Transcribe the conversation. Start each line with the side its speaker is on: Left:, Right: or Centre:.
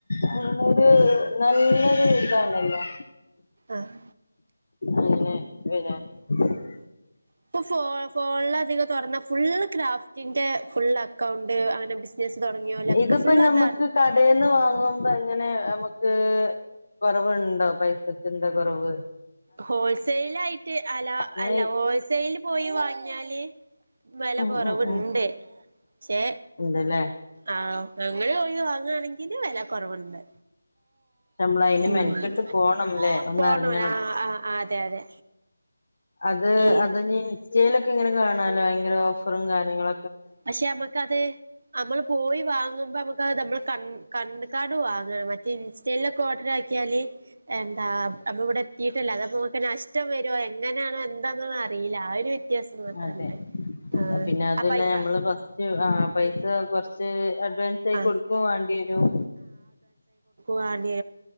Left: അങ്ങനൊരു നല്ലൊരു ഇതാണല്ലോ
Right: ആഹ്
Left: അങ്ങനെ <unintelligible>
Right: ഇപ്പം ഫോ ഫോണിലധികം തുറന്ന ഫുള്ള് ക്രാഫ്റ്റിന്റെ ഫുൾ അക്കൗണ്ട് അങ്ങനെ ബിസിനസ് തുടങ്ങിയോലൊക്കെ
Left: ഇതിപ്പോ
Right: ഫുൾ
Left: നമ്മക്ക്
Right: അതാണ്
Left: കടെന്ന് വാങ്ങുമ്പോ എങ്ങനെ നമ്മക്ക് ക്ക് കൊറവുണ്ടോ പൈസക്ക് എന്താ കുറവ്
Right: ഹോൾസെയിലായിട്ട് ആ ലാ
Left: അങ്ങനെ
Right: അല്ല ഹോൾസെയില് പോയി വാങ്ങിയാല് വില
Left: ഉം
Right: കുറവുണ്ട്
Left: ഉം ഉം
Right: ചേ
Left: ഉണ്ടല്ലേ
Right: ആം അങ്ങനെ പോയി വാങ്ങാണെങ്കില് വില കുറവുണ്ട്
Left: ഞമ്മള് അയിന് മെനക്കെട്ട്
Right: ഉം
Left: പോണംല്ലേ ഒന്ന്
Right: പോണം
Left: ഇറങ്ങണം
Right: ആ ആ അതെ അതെ
Left: അത്
Right: ഈ
Left: അതുതന്നെണ് സ്റ്റൈലൊക്കെ ഇങ്ങനെ കാണാൻ <unintelligible> ഭയങ്കര ഓഫറും കാര്യങ്ങള
Right: പക്ഷെ നമുക്കത് നമ്മൾ പോയി വാങ്ങുമ്പോൾ നമുക്കത് നമ്മൾ ക ക കണ്ട്ക്കാണ്ട് വാങ്ങണം മറ്റേ ഇൻസ്റ്റലൊക്കെ ഓർഡർ ആക്കിയാല് എന്താ നമ്മൾ ഇവിടെ എത്തിയിട്ടല്ലോ അത്പ്പോ നമുക്ക് നഷ്ടം വരുമോ എങ്ങനാണോ എന്താന്നൊന്നും അറിയില്ല ആ ഒരു വ്യത്യാസം മാത്രണ്ട്
Left: അതെ
Right: ആ
Left: പിന്നെ അതുല്ല
Right: ആ പൈസ
Left: നമ്മള് ഫസ്റ്റ് ആ പൈ ത് കൊറച്ച് ഫാൻസിഉടുപ്പ്
Right: ആ
Left: വാണ്ടി വരും
Right: വാങ്ങി